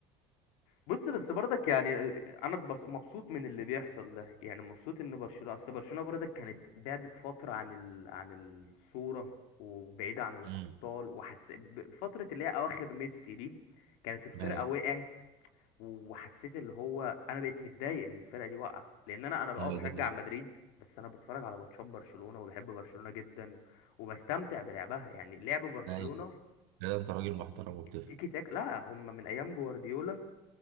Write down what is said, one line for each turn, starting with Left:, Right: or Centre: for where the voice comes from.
Left: بص بس برضك يعني انا اتبص- مبسوط من اللي بيحصل ده يعني مبسوط ان برشلونه اصل برشلونه برضك كانت بعدت فتره عن ال... عن الصوره وبعيده عن الابطال
Right: امم
Left: وحس ب- فتره اللي هي اواخر ميسي دي كانت الفرقه
Right: ايوه
Left: وقعت وحسيت اللي هو انا بقيت متضايق ان الفرقه دي واقعه لان انا انا اه
Right: ايوه
Left: بشجع
Right: ده حقيقي
Left: مدريد بس انا بتفرج على ماتشات برشلونه وبحب برشلونه جدا وبستمتع بلعبها يعني لعب برشلونه
Right: ايوه لا انت راجل محترم وبتفهم
Left: التيكي تاك لا هم من ايام جوارديولا